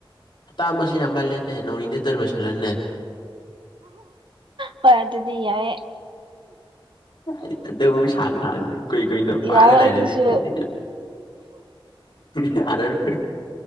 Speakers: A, on the left (about 60°); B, on the right (about 60°).
A: ꯍꯞꯇ ꯑꯃꯥꯁꯤ ꯌꯥꯝꯃꯜꯂꯦꯅꯦ ꯅꯣꯡ ꯅꯤꯇ ꯂꯣꯏꯁꯤꯜꯂꯣꯅꯦ
B: ꯍꯣꯏ ꯑꯗꯨꯗꯤ ꯌꯥꯏꯑꯦ
A: ꯀ ꯑꯗꯨ ꯑꯃꯨꯛ ꯁꯥꯡ ꯁꯥꯡꯅ ꯀꯨꯏ ꯀꯨꯏꯅ
B: ꯌꯥꯏ
A: ꯄꯥꯔ ꯂꯩꯔꯗꯤ
B: ꯑꯗꯨꯁꯨ
A: ꯀꯥꯏꯅ ꯌꯥꯔꯥꯔꯣꯏ